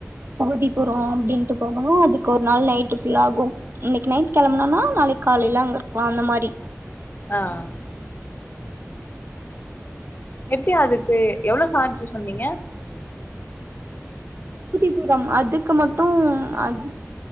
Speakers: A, on the right (about 45°); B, on the left (about 35°).
A: அந்த டிப்போ ம் அப்டின்ட்டு போவ்மா அதுக்கு ஒரு நாள் நைட்டு ஃபுல்லா ஆகும் இன்னைக்கு நைட் கெளம்பனுனா நாளைக் காலையில அங்கருப்போ அந்த மாரி
B: ஆ எப்டி அதுக்கு எவ்ளோ சார்ஜ்ஜி சொன்னீங்க
A: குட்டி தூரம் அதுக்கு மட்டும் அதுக்